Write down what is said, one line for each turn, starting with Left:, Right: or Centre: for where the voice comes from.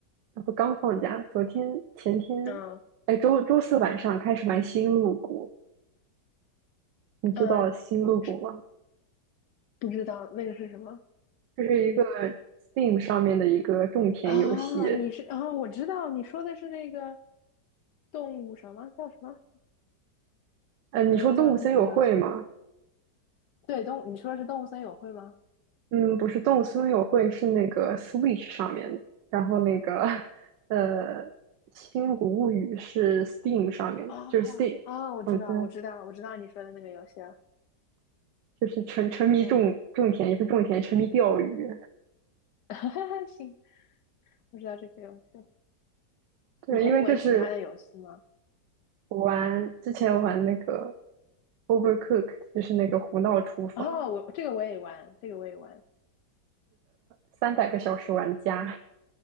Right: 不刚放假，昨天前天，
Left: 嗯
Right: 哎周周四晚上开始玩星露谷。你知道星露谷吗？
Left: 嗯，是不知道那个是什么
Right: 这是一个 Steam 上面的一个种田游戏。
Left: 啊？你是啊？我知道你说的是那个动物什么叫什么？
Right: 呃，你说动物森友会吗？
Left: 嗯，叫那个什么游戏？对，动物，你说的是动物森友会吗？
Right: 嗯，不是，动物森友会是那个 Switch 上面的，然后那个 <laughs> 呃，星露谷物语是 Steam 上面的，
Left: 啊啊，
Right: 就是 Steam。
Left: 我知道，
Right: 嗯，对，
Left: 我知道，我知道你说的那个游戏了。
Right: 就是沉沉迷种种田，
Left: 嗯，
Right: 也不是种田，沉迷钓鱼。
Left: <laughs> 行，我知道这个游戏。
Right: 对，
Left: 你还玩其他的游戏吗？
Right: 因为就是我玩之前玩那个 Overcooked，就是那个胡闹厨房，
Left: 哦，我这个我也玩，这个我也玩。
Right: 三百个小时玩家。